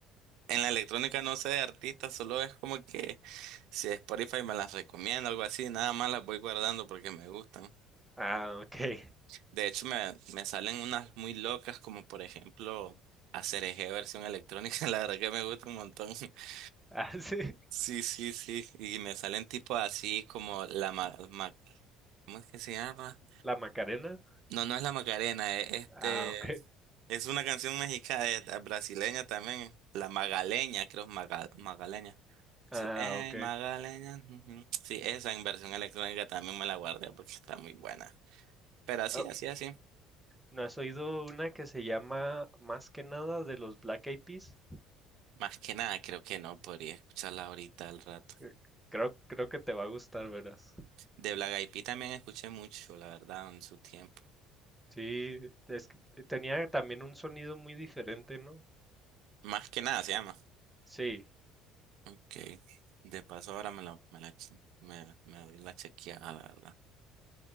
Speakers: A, on the right; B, in the centre.
A: en la electrónica no sé de artistas, solo es como que si Spotify me las recomienda, algo así, nada más las voy guardando porque me gustan.
B: Ah, ok. <laughs>
A: De hecho me, me salen unas muy locas como por ejemplo Eje versión electrónica, <laughs> la verdad que me gusta un montón. <laughs>
B: Ah, sí.
A: Sí, sí, sí, y me salen tipo así como la ma, ma- ¿cómo es que se llama?
B: La Macarena.
A: No, no es la Macarena, es este.
B: Ah, ok.
A: Es una canción mexicana, eh, eh, brasileña también. La Magaleña, creo, Maga- Magaleña.
B: Ah,
A: Sí, eh,
B: ok.
A: Magaleña. ujú. Sí, esa en versión electrónica también me la guardé porque está muy buena. Pero así,
B: Oh,
A: así, así.
B: ¿no has oído una que se llama Más que nada de los Black Eyed Peas?
A: Más que nada, creo que no podría escucharla ahorita al rato.
B: Eh, Creo, creo que te va a gustar, verás.
A: De Black Eyed Peas también escuché mucho, la verdad, en su tiempo.
B: Sí, es que tenía también un sonido muy diferente, ¿no?
A: Más que nada se llama.
B: Sí.
A: Ok. De paso ahora me la, me la, che- me, me doy la chequeada, la verdad.